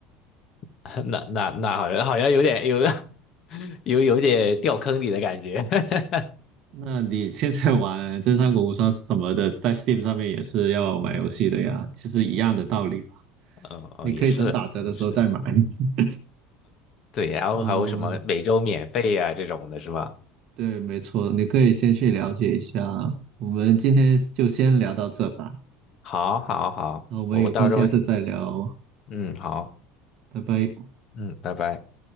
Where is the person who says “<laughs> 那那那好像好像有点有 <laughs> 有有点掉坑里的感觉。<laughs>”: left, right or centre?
Left